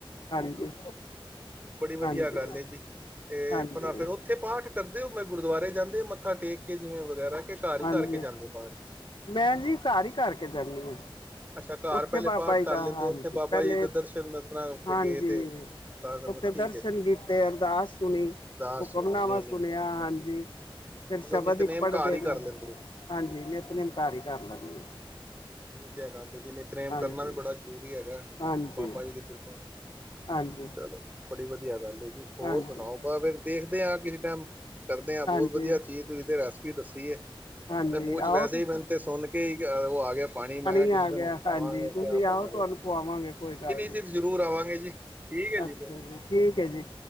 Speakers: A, on the left (about 60°); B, on the right (about 20°).
A: ਹਾਂਜੀ
B: ਹਾਂ, ' <inaudible> ' ਬੜੀ ਵਧੀਆ
A: ਹਾਂਜੀ
B: ਗੱਲ ਜੀ ਤੇ
A: ਹਾਂਜੀ
B: ਬ ਫੇਰ ਉਹ ਉਥੇ ਪਾਠ ਕਰਦੇ ਹੋ ਮੈਂ ਗੁਰਦੁਆਰੇ ਜਾਂਦੇ ਮੱਥਾ ਟੇਕ ਕੇ ਜਿਵੇਂ ਵਗੈਰਾ ਕਿ ਘਰ ਹੀ
A: ਹਾਂਜੀ
B: ਕਰਕੇ ਜਾਂਦੇ ਪਾਠ
A: ਮੈਂ ਜੀ ਘਰ ਹੀ ਕਰਕੇ ਜਾਣੀ ਆਂ। '
B: ਅੱਛਾ
A: <inaudible> '
B: ਘਰ
A: ਉੱਥੇ
B: ਪਹਿਲੇ
A: ਬਾਬਾ
B: ਪਾਠ
A: ਜੀ
B: ਕਰ
A: ਦਾ
B: ਲੈਂਦੇ
A: ' <inaudible> ' ਹਾਂਜੀ
B: ਉੱਥੇ ਬਾਬਾ
A: ਪਹਿਲੇ
B: ਜੀ ਦੇ
A: '
B: ਦਰਸ਼ਨ
A: <inaudible>
B: ਆਪਣਾ
A: '
B: ਉੱਥੇ
A: ਹਾਂਜੀ।
B: ਗਏ ਤੇ ਸੁਖਾਸਨ,
A: ਉੱਥੇ
B: ਠੀਕ
A: ਦਰਸ਼ਨ
B: ਹੈ ਠੀਕ
A: ਕੀਤੇ, ਅਰਦਾਸ ਸੁਣੀ
B: ਹੈ ਅੱਛਾ ਅਰਦਾਸ
A: ਹੁਕਮਨਾਮਾਂ
B: ਸੁਣੀ ਨਹੀਂ ਨਹੀਂ
A: ਸੁਣਿਆ
B: ਠੀਕ
A: ਹਾਂਜੀ ' <inaudible> ' ਫਿਰ
B: ਮਤਲਬ
A: ਸ਼ਬਦ
B: ਨਿਤਨੇਮ
A: ਇੱਕ ਪੜ੍ਹਦੇ
B: ਘਰ ਹੀ ਕਰ
A: ਨੇ।
B: ਲੈਂਦੇ ਹੋ।
A: ਹਾਂਜੀ ਨਿੱਤਨੇਮ ਘਰ ਹੀ ਕਰ ਲੈਂਣੇ ਆ।
B: ਬੜੀ ਵਧੀਆ ਗੱਲ ਆ ਜਿਨੇ ਤਨੇਮ ਕਰਨਾ
A: ਹਾਂਜੀ
B: ਵੀ ਬੜਾ ਜ਼ਰੂਰੀ ਹੈਗਾ ' <inaudible>
A: ਹਾਂਜੀ
B: ' ਬਾਬਾ ਜੀ ਦੀ ਕਿਰਪਾ ਦੇ ਨਾਲ
A: ਹਾਂਜੀ
B: ਚਲੋ ਬੜੀ ਵਧੀਆ ਗੱਲ ਜੀ ਹੋਰ
A: ਹਾਂਜੀ
B: ਸੁਣਾਓ ਆਪ ਫਰ ਦੇਖਦੇ ਹਾਂ ਕਿਸੇ ਟਾਈਮ ਕਰਦੇ ਹਾਂ ਬਹੁਤ
A: ਹਾਂਜੀ
B: ਵਧੀਆ ਚੀਜ਼ ਤੁਸੀਂ ਤੇ ਰੈਸਪੀ ਦੱਸੀ ਏ ' <inaudible> '
A: ਹਾਂਜੀ
B: ਤੇ ਮੂੰਹ 'ਚ'
A: ਆਓ
B: ਵੈਸੇ
A: ਤੁਸੀਂ
B: ਹੀ ਮੈਨੂੰ ਤੇ ਸੁਣ ਕੇ ਉਹ ਆ ਗਿਆ ਪਾਣੀ ਮੈਂ ਕਿਹਾ
A: ਆ
B: ਕਿਸੇ ਦਿਨ
A: ਗਿਆ
B: ਹੁਣ ਖਾਵਾਂਗੇ
A: ਹਾਂਜੀ ਤੁਸੀਂ
B: ਕਿਆ ਬਾਤ
A: ਆਓ
B: ਹੈ। ਜੀ,
A: ਖਵਾਵਾਂਗੇ ਕੋਈ ਗੱਲ ਨੀ
B: ਜੀ ਜ਼ਰੂਰ ਆਵਾਂਗੇ ਜੀ ਠੀਕ ਹੈ
A: ਅੱਛਾ
B: ਫਿਰ
A: ਜੀ, ਠੀਕ ਐ ਜੀ,